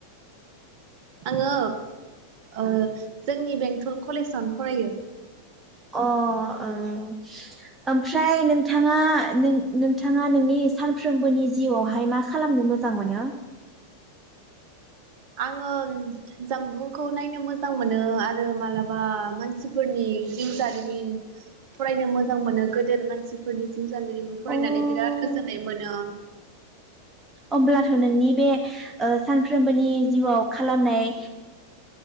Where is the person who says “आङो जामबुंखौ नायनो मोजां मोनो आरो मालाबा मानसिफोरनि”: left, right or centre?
Right